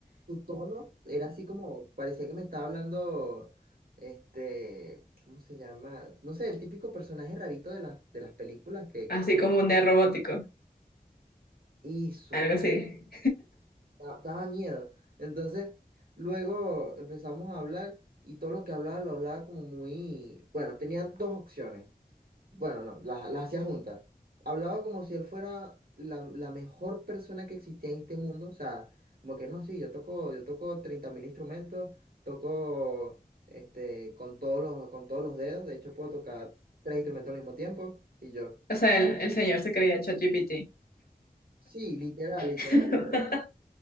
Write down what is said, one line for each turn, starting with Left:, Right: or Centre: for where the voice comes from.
Right: su tono era así como, parecía que me estaba hablando, este, ¿cómo se llama? No sé, el típico personaje rarito de las, de las películas que,
Left: así
Right: que se...
Left: como un neo robótico,
Right: Hizo,
Left: algo así.
Right: eh, da- daba miedo. Entonces, luego empezamos a hablar y todo lo que hablaba lo hablaba como muy, bueno, tenían dos opciones. Bueno, no, las, las hacía juntas. Hablaba como si él fuera la, la mejor persona que existía en este mundo. O sea, como que no, sí, yo toco, yo toco 30.000 instrumentos, toco este, con todos los, con todos los dedos. De hecho, puedo tocar tres instrumentos al mismo tiempo. Y yo,
Left: O sea, el, el señor se creía ChatGPT.
Right: sí, literal, literal,
Left: <laughs>
Right: literal.